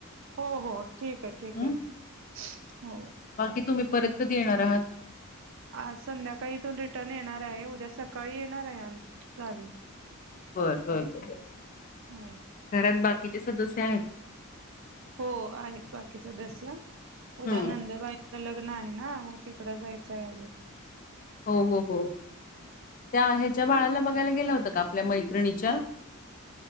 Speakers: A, on the right; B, on the left.
A: हो हो ठीक आहे ठीक
B: हम्म
A: आहे हो
B: बाकी तुम्ही परत येणार आहात
A: आज संध्याकाळी इथून रिटर्न येणार आहे उद्या सकाळी येणार आहे आम गावी
B: बर बर बर
A: हो
B: घरात बाकीचे सदस्य आहेत
A: हो आहेत बाकी सदस्य
B: हम्म
A: उद्या नंदबाई लग्न आहे ना तिकडं जायचं आहे अजून
B: हो हो हो त्या ह्याच्या बाळाला बघायला गेलं होतं का आपल्या मैत्रिणीच्या